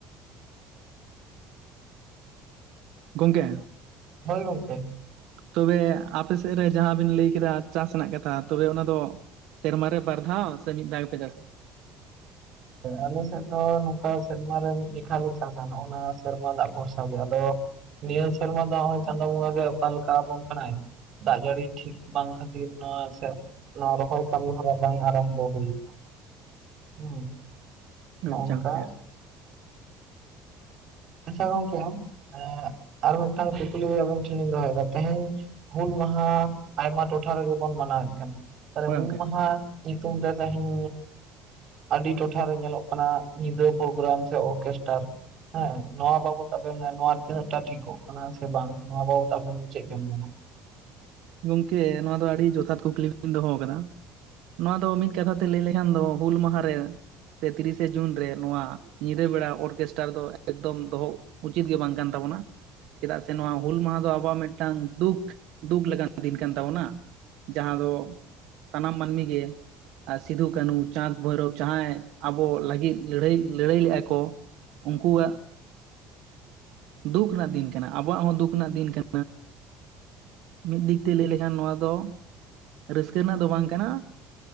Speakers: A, on the right; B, on the right.
A: ᱜᱚᱝᱠᱮ
B: ᱦᱳᱭ ᱜᱚᱝᱠᱮ ᱾
A: ᱛᱚᱵᱮ ᱟᱯᱮ ᱥᱮᱫ ᱨᱮ ᱡᱟᱦᱟᱸ ᱵᱤᱱ ᱞᱟᱹᱭ ᱠᱮᱫᱟ ᱪᱟᱥ ᱨᱮᱱᱟᱜ ᱠᱟᱛᱷᱟ ᱛᱚᱵᱮ ᱚᱱᱟ ᱫᱚ? ᱥᱮᱨᱢᱟ ᱨᱮ ᱵᱟᱨ ᱫᱷᱟᱣ ᱥᱮ ᱢᱤᱫ ᱫᱷᱟᱣ ᱜᱮᱯᱮ ᱪᱟᱥᱟ?
B: ᱟᱞᱮ ᱥᱮᱫ ᱫᱚ ᱱᱚᱝᱠᱟ ᱥᱮᱨᱢᱟ ᱨᱮ ᱢᱤᱫ ᱡᱚᱠᱷᱟ ᱞᱮ ᱪᱟᱥᱟ ᱱᱚᱜᱼ ᱱᱟ ᱥᱮᱨᱢᱟ ᱫᱟᱜ ᱵᱷᱚᱨᱥᱟ ᱜᱮ ᱟᱫᱚ ᱱᱤᱭᱟᱹ ᱥᱮᱨᱢᱟ ᱫᱚ ᱱᱚᱜᱼᱚᱭ ᱪᱟᱸᱫᱳ ᱵᱚᱸᱜᱟ ᱜᱮ ᱚᱠᱟ ᱞᱮᱠᱟ ᱟᱵᱚᱱ ᱠᱟᱱᱟᱭ᱾ ᱫᱟᱜ ᱡᱟᱹᱲᱤ ᱴᱷᱤᱠ ᱵᱟᱝ ᱠᱷᱟᱹᱛᱤᱨ ᱱᱚᱣᱟ ᱟᱥᱮ ᱱᱚᱣᱟ ᱨᱚᱦᱚᱭ ᱠᱟᱹᱢᱤ ᱦᱚᱨᱟ ᱵᱟᱝ ᱟᱨᱟᱢᱵᱷᱚ ᱦᱩᱭ ᱟᱠᱟᱱᱟ᱾ ᱦᱮᱸ ᱱᱚᱜ
A: ᱟᱪᱪᱷᱟ
B: ᱱᱚᱝᱠᱟ
A: ᱜᱚᱝᱠᱮ
B: ᱟᱪᱷᱟ ᱜᱚᱝᱠᱮ ᱮᱻ ᱟᱨ ᱢᱤᱫᱴᱟᱝ ᱠᱩᱠᱞᱤ ᱟᱵᱮᱱ ᱴᱷᱮᱱ ᱞᱤᱧ ᱫᱚᱦᱚᱭᱮᱫᱟ ᱛᱮᱦᱮᱧ ᱦᱩᱞ ᱢᱟᱦᱟ ᱟᱭᱢᱟ ᱴᱚᱴᱷᱟ ᱨᱮᱜᱮ ᱵᱚᱱ ᱢᱟᱱᱟᱣᱮᱫ ᱠᱟᱱᱟ ᱛᱟᱦᱚᱞᱮ
A: ᱦᱳᱭ
B: ᱦᱩᱞ
A: ᱜᱚᱝᱠᱮ
B: ᱢᱟᱦᱟ ᱧᱩᱛᱩᱢ ᱛᱮ ᱛᱮᱦᱮᱧ ᱟᱹᱰᱤ ᱴᱚᱴᱷᱟᱨ ᱨᱮ ᱧᱮᱞᱚᱜ ᱠᱟᱱᱟ ᱧᱤᱫᱟᱹ ᱯᱨᱳᱜᱨᱟᱢ ᱥᱮ ᱚᱨᱠᱮᱥᱴᱟᱨ ᱾ ᱦᱮᱸ ᱱᱚᱣᱟ ᱵᱟᱵᱚᱛ ᱟᱵᱮᱱ ᱱᱚᱣᱟ ᱛᱤᱱᱟᱹᱜ ᱴᱟ ᱴᱷᱤᱠᱚᱜ ᱠᱟᱱᱟ ᱥᱮ ᱵᱟᱝ ᱱᱚᱣᱟ ᱵᱟᱵᱚᱛ ᱟᱵᱮᱱ ᱪᱮᱫ ᱵᱮᱱ ᱢᱮᱱᱟ?
A: ᱜᱚᱝᱠᱮ ᱱᱚᱣᱟ ᱫᱚ ᱟᱹᱰᱤ ᱡᱚᱛᱷᱟᱛ ᱠᱩᱠᱞᱤ ᱵᱤᱱ ᱫᱚᱦᱚ ᱟᱠᱟᱫᱟ ᱾ ᱱᱚᱣᱟ ᱫᱚ ᱢᱤᱫ ᱠᱟᱛᱷᱟ ᱛᱮ ᱞᱟᱹᱭ ᱞᱮᱠᱷᱟᱱ ᱫᱚ ᱦᱩᱞ ᱢᱟᱦᱟᱨᱮ ᱥᱮ ᱛᱤᱨᱤᱥᱮ ᱡᱩᱱ ᱨᱮ ᱱᱚᱣᱟ ᱧᱤᱫᱟᱹ ᱵᱮᱲᱟ ᱚᱨᱠᱮᱥᱴᱟᱨ ᱫᱚ ᱮᱠᱫᱚᱢ ᱫᱚᱦᱚᱜ ᱩᱪᱤᱛ ᱜᱮ ᱵᱟᱝ ᱠᱟᱱ ᱛᱟᱵᱚᱱᱟ ᱪᱮᱫᱟᱜ ᱥᱮ ᱱᱚᱣᱟ ᱦᱩᱞ ᱢᱟᱦᱟ ᱫᱚ ᱟᱵᱚᱣᱟᱜ ᱢᱤᱫᱴᱟᱝ ᱫᱩᱠ ᱫᱩᱠ ᱞᱮᱠᱟᱱ ᱫᱤᱱ ᱠᱟᱱ ᱛᱟᱵᱚᱱᱟ ᱾ ᱡᱟᱦᱟᱸ ᱫᱚ ᱥᱟᱱᱟᱢ ᱢᱟᱹᱱᱢᱤ ᱜᱮ ᱟᱨ ᱥᱤᱫᱩ ᱠᱟᱹᱱᱩ ᱪᱟᱸᱫᱽ ᱵᱷᱳᱭᱨᱳᱚᱵᱽ ᱡᱟᱦᱟᱸᱭ ᱟᱵᱚ ᱞᱟᱹᱜᱤᱫ ᱞᱟᱹᱲᱦᱟᱹᱭ ᱞᱟᱹᱲᱦᱟᱹᱭ ᱞᱮᱫᱟ ᱠᱚ ᱩᱱᱠᱩᱣᱟᱜ ᱫᱩᱠᱷ ᱨᱮᱱᱟᱜ ᱫᱤᱱ ᱠᱟᱱᱟ ᱟᱵᱚᱣᱟᱜ ᱦᱚᱸ ᱫᱩᱠ ᱨᱮᱱᱟᱜ ᱫᱤᱱ ᱠᱟᱱᱟ ᱾ ᱢᱤᱫ ᱫᱤᱠ ᱛᱮ ᱞᱟᱹᱭ ᱞᱮᱠᱷᱟᱱ ᱱᱚᱣᱟ ᱫᱚ ᱨᱟᱹᱥᱠᱟᱹ ᱨᱮᱱᱟᱜ ᱫᱚ ᱵᱟᱝ ᱠᱟᱱᱟ ᱾